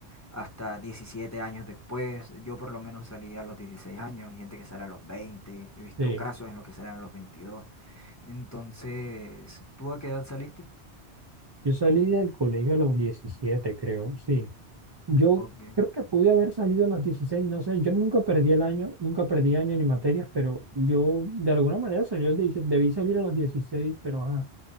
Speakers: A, on the left; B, on the right.
A: hasta 17 años después. Yo por lo menos salí a los 16 años, hay gente que sale a los 20 he visto
B: Sí.
A: casos en los que salen a los veintidós Entonces, ¿tú a qué edad saliste?
B: Yo salí del colegio a los 17 creo, sí. Yo
A: Ok.
B: creo que pude haber salido a los 16 no sé, yo nunca perdí el año, nunca perdí año ni materias, pero yo de alguna manera salí a los 16, debí salir a los 16 pero ajá,